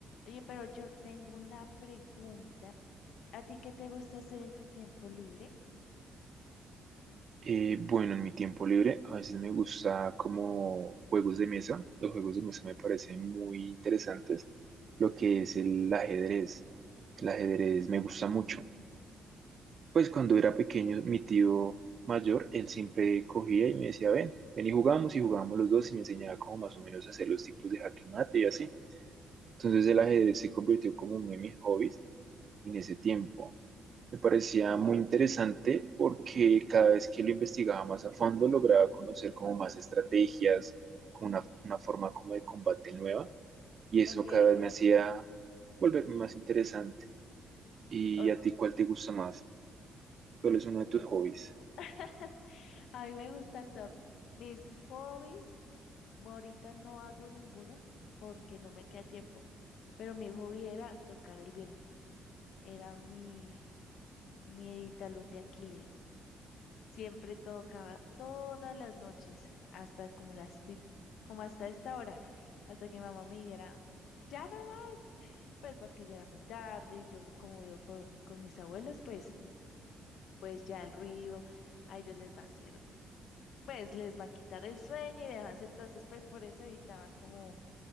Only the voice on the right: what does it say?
Eh, bueno, en mi tiempo libre a veces me gusta como juegos de mesa. Los juegos de mesa me parecen muy interesantes. Lo que es el ajedrez. El ajedrez me gusta mucho. Pues cuando era pequeño, mi tío mayor, él siempre cogía y me decía, ven, ven y jugamos y jugábamos los dos y me enseñaba como más o menos a hacer los tipos de jaque mate y así. Entonces el ajedrez se convirtió como uno de mis hobbies en ese tiempo. Me parecía muy interesante porque cada vez que lo investigaba más a fondo lograba conocer como más estrategias, como una, una forma como de combate nueva y eso
cada vez me hacía volverme más interesante. ¿Y
a ti cuál te gusta más? ¿Cuál es uno
de tus hobbies?